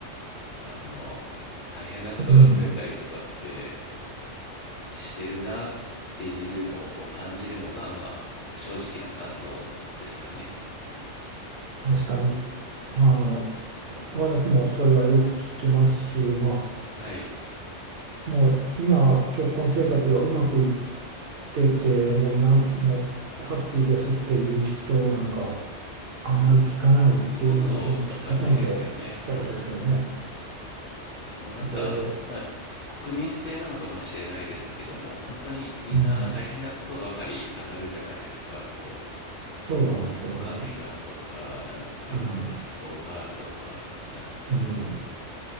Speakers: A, on the left (about 45°); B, on the right (about 60°).
A: あの、大変なことが増えたりとかって
B: うん、
A: してるなっていうのを感じるのが、まあ、正直な感想ですかね。うん。
B: 確かに、あの、私もそれはよく聞きますし、ま
A: はい。
B: あ、もう今、結婚生活がうまくいってて、もうなん、もうハッピーですっていう人なんか、あんまり聞かないっていうのがほんと、
A: うん。ほとんど聞かないですよね。
B: ほとんどそ、
A: うん。
B: そうですよね。
A: もうなんか、
B: で、
A: まあ、国民性なのかもしれないですけども、本当にみんな大変なことばかり語るじゃないですか。
B: うん、
A: こ
B: そうなんですよね。
A: もうお金がとか、なんかもう息子がとか、
B: うん、
A: なんか
B: うん、